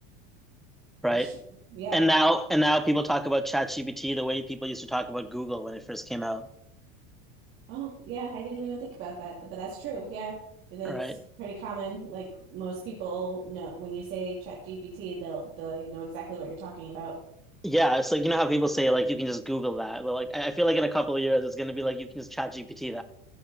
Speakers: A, in the centre; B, on the right (about 40°).
A: right?
B: That's true. Yeah.
A: And now and now people talk about ChatGPT the way people used to talk about Google when it first came out,
B: Oh, yeah, I didn't even think about that, but that's true. Yeah. That's
A: right?
B: pretty common. Like most people know when you say Chat GPT, they'll they'll know exactly what you're talking about.
A: Yeah, it's like you know how people say like you can just Google that. Well, like I I feel like in a couple of years it's gonna be like you can just ChatGPT